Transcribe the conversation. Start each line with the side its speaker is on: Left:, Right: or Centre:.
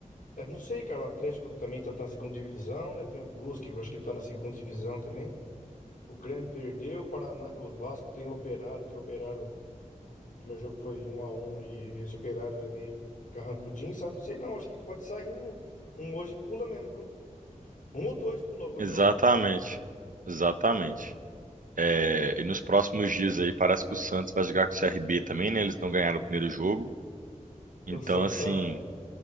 Left: É, não sei, cara, o Atlético também tá, tá na segunda divisão, né? Tem o Brusque, eu acho que tá na segunda divisão também. O Grêmio perdeu, o Paraná, o Vasco tem o Operário, que o Operário, o primeiro jogo foi um a um e esse Operário é meio carrancudinho, sabe? Não sei não, acho que pode sair um, um hoje pula mesmo, viu? Um ou dois pula hoje,
Right: Exatamente,
Left: eu acho.
Right: exatamente. É, e nos próximos dias aí parece que o Santos vai jogar com o CRB também, né? Eles não ganharam o primeiro jogo. Então,
Left: O Santos
Right: assim,
Left: tá, o